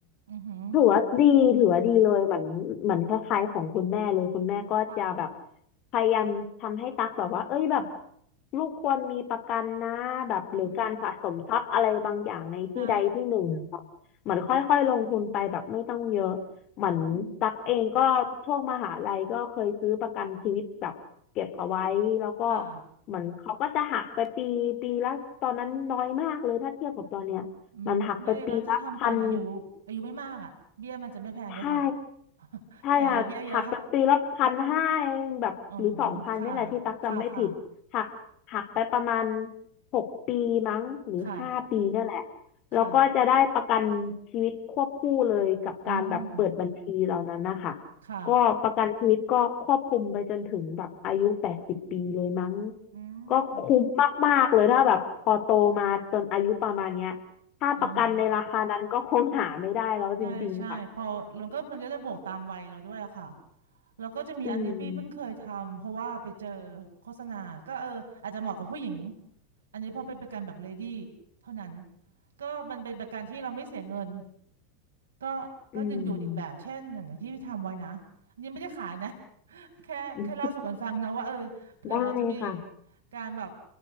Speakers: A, on the right (about 75°); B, on the left (about 45°).
A: อือหือ
B: ถือว่าดีถือว่าดีเลยเหมือนเหมือนคล้ายๆของคุณแม่เลยคุณแม่ก็จะแบบ
A: ค่ะ
B: พยายามทำให้ตักแบบว่าเอ้ยแบบลูกควรมีประกันนะแบบหรือการสะสมทรัพย์อะไรบางอย่างในที่ใดที่หนึ่งแบบเหมือนค่อยๆลงทุนไปแบบไม่ต้องเยอะเหมือนตักเองก็ช่วงมหาลัยก็เคยซื้อประกันชีวิตแบบเก็บเอาไว้แล้วก็
A: อือหือใช่อืมค่ะ
B: เหมือนเขาก็จะหักไปปีปีละตอนนั้นน้อยมากเลยถ้าเทียบกับตอนเนี้ย
A: อืมไม่แล้วถ้าทำตอนอายุอายุไม่มากอ่ะเบี้ยมันจะไม่แพงด้วยค่ะ
B: มันหักไปปีละพันใช่ ใช่ค่ะหักแบบปีละพันห้าเองแบบหรือสองพันนี่แหละที่ตักจำไม่ผิดหักหักไปประมาณ
A: <laughs> แก่แล้วเบี้ยเยอะค่ะอ๋อค่ะค่ะค่ะ
B: หกปีมั้งหรือห้าปีเนี่ยแหละ
A: ค่ะ
B: แล้วก็จะได้ประกันชีวิตควบคู่เลยกับการแบบเปิดบัญชีเหล่านั้นนะคะ
A: ค่ะ อืม ค่ะ
B: ก็ประกันชีวิตก็ควบคุมไปจนถึงแบบอายุแปดสิบปีเลยมั้ง
A: อืม
B: ก็คุ้มมากๆเลยถ้าแบบพอโตมาจนอายุประมาณเนี้ยถ้าประกันในราคานั้นก็คงหาไม่ได้แล้วจริงๆค่ะ
A: อ่าฮะใช่ใช่พอลงก็มันก็จะบวกตามวัยเราด้วยอะค่ะแล้วก็จะมีอันที่พี่เพิ่งเคยทำเพราะว่าไปเจอ
B: อืม
A: โฆษณาก็เอออาจจะเหมาะกับผู้หญิง อันนี้พอเป็นประกันแบบเลดี้เท่านั้นก็มันเป็นประกันที่เราไม่เสียเงินก็ก็ดึงดูดอีกแบบเช่นอย่างที่พี่ทำไว้นะอันนี้ไม่ได้ขายนะ
B: อืม
A: <laughs> แค่แค่เล่าสู่กันฟังนะว่าเออเผื่อเราจะมี
B: อืมได้ค่ะ
A: การแบบ